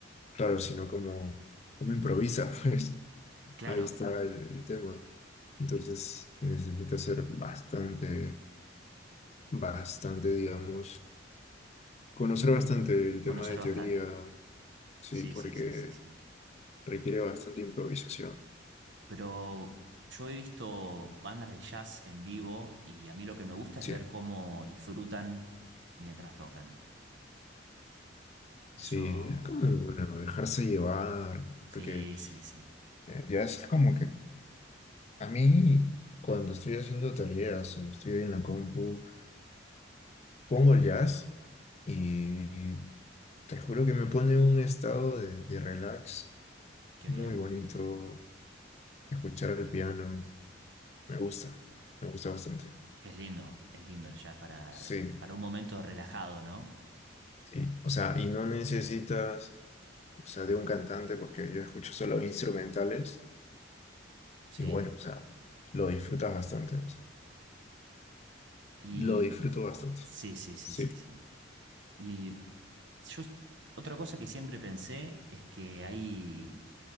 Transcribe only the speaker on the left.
claro, sino como, como improvisa, <laughs> pues
ahí está el, el tema. Entonces necesita ser bastante, bastante, digamos, conocer bastante el tema
de teoría,
sí,
porque
requiere bastante improvisación.
Sí,
sí, es como, bueno, dejarse llevar,
porque
eh, ya es como que a mí cuando estoy haciendo tareas o estoy en la compu, pongo el jazz y te juro que me pone un estado de, de relax
muy
bonito, escuchar el piano, me gusta, me gusta bastante.
Sí,
sí, o sea, y no necesitas, o sea, de un cantante, porque yo escucho solo instrumentales.
Y bueno, o sea, lo disfrutas bastante, o sea,
lo disfruto bastante.
Sí,